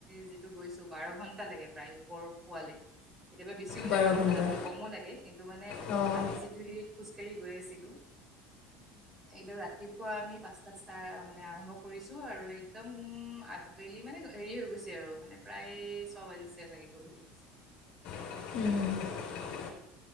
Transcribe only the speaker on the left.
বাৰ
ঘণ্টা
অঁ
উম